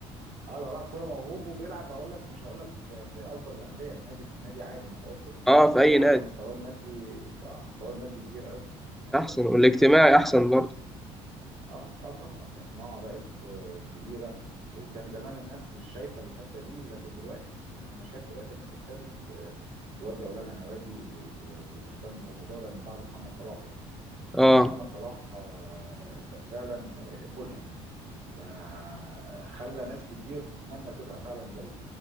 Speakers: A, on the right; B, in the centre.
A: اه لو لاعب كوره موهوب وبيلعب هقول لك مش هقول لك في, في اكبر الانديه في نادي نادي عادي متوسط
B: أه
A: هتلاقيه
B: في أي
A: حتى
B: نادي
A: مستواه المادي اه مستواه المادي كبير قوي لان يعني
B: أحسن
A: الكوره
B: والاجتماعي
A: في مصر برضو
B: أحسن برضه
A: اه اه طبعا كصناعه بقت آه، كبيره وكان زمان الناس مش شايفه الحته دي لكن دلوقتي يعني انا شايف دلوقتي الناس ابتدت آه، تودي اولادها نوادي وت- وتهتم بالموضوع ده من بعد محمد صلاح يعني لان
B: أه
A: محمد صلاح آه، ف- فعلا آه، ملهم يعني فخلى ناس كتير تتمنى تبقى فعلا زيه